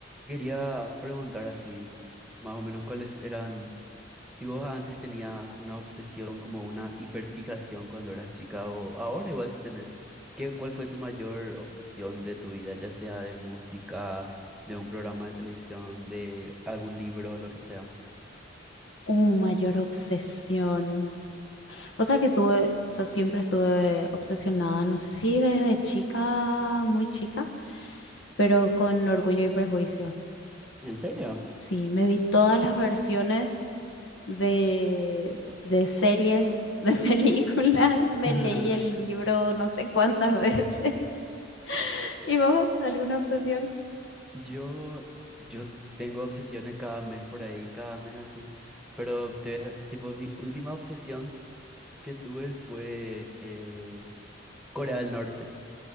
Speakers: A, in the centre; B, on the left.
A: Quería preguntar así, más o menos cuáles eran, si vos antes tenías una obsesión como una hiperfijación cuando eras chica o ahora igual si tenés, ¿qué, cuál fue tu mayor obsesión de tu vida, ya sea de música, de un programa de televisión, de algún libro, lo que sea?
B: Uh, mayor obsesión. O sea que estuve, o sea, siempre estuve obsesionada, no sé si desde chica, muy chica, pero con Orgullo y Prejuicio.
A: ¿En serio?
B: Sí, me vi todas las versiones de, de series, de <laughs> películas, me
A: <laughs>
B: leí el libro no sé cuántas veces. <laughs> ¿Y vos, alguna obsesión?
A: Yo, yo tengo obsesiones cada mes por ahí, cada mes así, pero te voy a- tipo mi última obsesión que tuve fue eh, Corea del Norte.